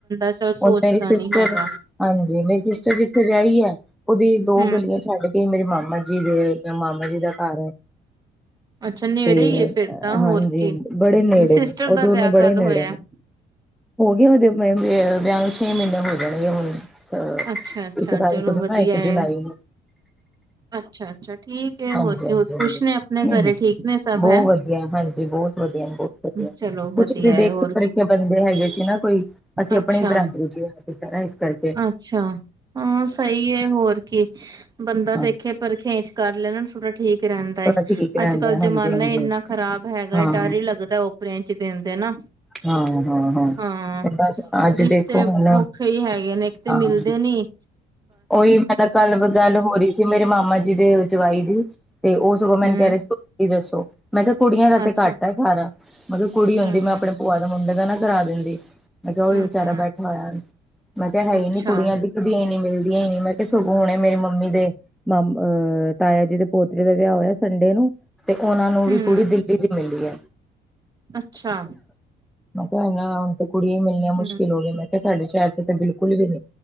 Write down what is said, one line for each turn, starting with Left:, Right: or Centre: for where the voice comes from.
Right: ਚੱਲ ਸੋਚਦਾ
Centre: ਹੁਣ ਮੇਰੀ ਸਿਸਟਰ
Right: ਨੀ ਹੈਗਾ
Centre: ਹਾਂਜੀ ਮੇਰੀ ਸਿਸਟਰ ਜਿੱਥੇ। ਵਿਆਹੀ ਹੈ ਉਹਦੀ ਦੋ
Right: ਹੂੰ,
Centre: ਗਲੀਆਂ ਛੱਡ ਕੇ ਮੇਰੇ ਮਾਮਾ ਜੀ ਦੇ ਮੇਰੇ ਮਾਮਾ ਜੀ ਦਾ ਘਰ ਹੈ। <inaudible>
Right: ਅੱਛਾ ਨੇੜੇ
Centre: ਤੇ
Right: ਈ ਏ ਫੇਰ ਤਾਂ ਹੋਰ
Centre: ਹਾਂਜੀ
Right: ਕੀ
Centre: ਬੜੇ ਨੇੜੇ
Right: ਸਿਸਟਰ
Centre: ਨੇ ਉਹ
Right: ਦਾ
Centre: ਦੋਨੋ
Right: ਵਿਆਹ
Centre: ਬੜੇ
Right: ਕਦ
Centre: ਨੇੜੇ
Right: ਹੋਇਆ?
Centre: ਨੇ। ਹੋਗੇਏ ਉਹਦੇ ਵਿਆਹ ਨੂੰ ਛੇ ਮਹੀਨੇ ਹੋ ਜਾਣਗੇ ਹੁਣ। ਅਹ
Right: ਅੱਛਾ ਅੱਛਾ
Centre: ਇੱਕ ਤਾਰੀਖ
Right: ਚਲੋ
Centre: ਨੂੰ
Right: ਵਧੀਆ
Centre: ਨਾ ਇੱਕ
Right: ਹੈ
Centre: ਜੁਲਾਈ ਨੂੰ।
Right: ਅੱਛਾ ਅੱਛਾ। ਠੀਕ ਹੈ
Centre: ਹਾਂਜੀ
Right: ਹੋਰ ਕੀ
Centre: ਹਾਂਜੀ ਹਾਂਜੀ
Right: ਖ਼ੁਸ਼ ਨੇ ਆਪਣੇ ਘਰੇ
Centre: ਹਮ
Right: ਠੀਕ ਨੇ ਸਭ
Centre: ਬਹੁਤ
Right: ਹੈ।
Centre: ਵਧੀਆ ਹਾਂਜੀ ਬਹੁਤ ਵਧੀਆ ਬਹੁਤ ਵਧੀਆ ਕੁਛ
Right: ਚਲੋ ਵਧੀਆ
Centre: ਅਸੀਂ ਦੇਖੇ
Right: ਹੈ ਹੋਰ
Centre: ਪਰਿਖੇ
Right: ਕੀ
Centre: ਬੰਦੇ ਹੈਗੇ ਸੀ ਨਾ ਕੋਈ ਅਸੀਂ
Right: ਅੱਛਾ
Centre: ਆਪਣੀ ਬਰਾਦਰੀ 'ਚ ਨਹੀਂ ਕੀਤਾ। ਕਰਕੇ
Right: ਅੱਛਾ ਹਾਂ ਸਹੀ ਹੈ ਹੋਰ ਕੀ ਬੰਦਾ
Centre: ਹਾਂ
Right: ਦੇਖੇ ਪਰਖੇ ਇਸ ਕਰ ਲੈ ਨਾ ਥੋੜਾ। ਠੀਕ ਰਹਿੰਦਾ ਹੈਏ
Centre: ਥੋੜਾ ਠੀਕ ਰਹਿੰਦਾ
Right: ਅੱਜ ਕੱਲ
Centre: ਹਾਂਜੀ
Right: ਜਮਾਨਾ
Centre: ਹਾਂਜੀ
Right: ਇੰਨਾ ਖ਼ਰਾਬ ਹੈਗਾ
Centre: ਹਾਂ
Right: ਹੈ ਡਰ ਹੀ ਲੱਗਦਾ। ਟੈਂਚ ਦਿਨ ਦੇ ਨਾ
Centre: ਹਾਂ ਹਾਂ
Right: ਹਾਂ
Centre: ਬਸ ਅੱਜ
Right: ਰਿਸ਼ਤੇ
Centre: ਦੇਖੋ ਹੁਣ
Right: ਔਖੇ ਹੀ ਹੈਗੇ ਨੇ ਇੱਕਤੇ
Centre: ਹਾਂ
Right: ਮਿਲਦੇ ਨੀ। ਨਹੀਂ।
Centre: ਉਹੀ ਮੈਂ ਤਾਂ ਕੱਲ ਗੱਲ ਹੋ ਰਹੀ ਸੀ। ਮੇਰੇ ਮਾਮਾ ਜੀ ਦੇ ਜਵਾਈ ਦੀ ਤੇ ਉਹ ਸਗੋਂ ਮੈਨੂੰ
Right: ਹਮ
Centre: ਕਹਿ ਰਹੇ ਸੀ। ਕੋਈ ਕੁੜੀ ਦੱਸੋ? ਮੈਂ ਕਿਹਾ ਕੁੜੀਆਂ ਦਾ ਤੇ
Right: ਅੱਛਾ
Centre: ਘੱਟਾ ਆ ਸਾਰਾ ਮਤਲਬ ਕੁੜੀ ਹੁੰਦੀ
Right: ਹਮ
Centre: ਮੈਂ ਆਪਣੇ ਭੂਆ ਦਾ ਮੁੰਡੇ ਦਾ ਨਾ ਕਰਾ ਦਿੰਦੀ। ਮੈਂ ਕਿਹਾ ਉਹੀ ਵਿਚਾਰਾ
Right: ਹਮ
Centre: ਬੈਠਾ ਹੋਇਆ। ਮੈਂ ਕਿਹਾ ਹੈ
Right: ਅੱਛਾ
Centre: ਨਹੀਂ ਨੀ ਕੁੜੀਆਂ ਦਿਖਦੀਆਂ ਹੀ ਨੀ ਮਿਲਦੀਆਂ ਹੀ ਨੀ ਮੈਂ। ਤੇ ਸਗੋਂ ਹੁਣੇ ਮੇਰੀ ਮੰਮੀ ਦੇ ਅਹ ਤਾਇਆ ਜੀ ਦੇ ਪੋਤਰੀ ਦਾ ਵਿਆਹ ਹੋਇਆ ਸੰਡੇ ਨੂੰ। ਤੇ ਉਹਨਾਂ ਨੂੰ ਵੀ
Right: ਹੂੰ,
Centre: ਕੁੜੀ ਦਿੱਲੀ ਦੀ ਮਿਲੀ ਹੈ।
Right: ਅੱਛਾ।
Centre: ਤੇ ਨਾ ਹੁਣ ਤੇ ਕੁੜੀਆਂ ਮਿਲਣੀਆਂ ਮੁਸ਼ਕਿਲ
Right: ਹੂੰ।
Centre: ਹੋ ਗਈਆਂ ਮੈਂ ਕਿਹਾ ਤੁਹਾਡੇ ਸ਼ਹਿਰ 'ਚ ਤੇ ਬਿਲਕੁਲ ਵੀ ਨੀ